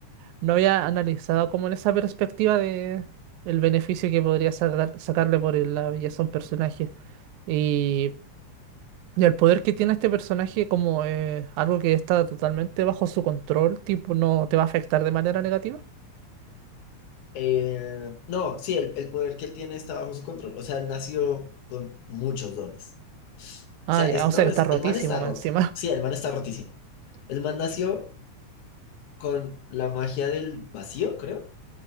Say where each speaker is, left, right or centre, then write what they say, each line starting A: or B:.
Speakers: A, on the right; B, on the left.
A: no había analizado como en esa perspectiva de el beneficio que podría sacar- sacarle por el- la belleza a un personaje. Y, y el poder que tiene este personaje como eh, algo que está totalmente bajo su control, tipo, no te va a afectar de manera negativa.
B: Eh, no, sí, el, el poder que él tiene está bajo su control. O sea, él nació con muchos dones.
A: Ah,
B: sea,
A: ya,
B: es,
A: o
B: no,
A: sea que
B: es,
A: está rotísimo
B: el man está
A: más
B: roto.
A: encima.
B: Sí, el man está rotísimo. El man nació con la magia del vacío, creo.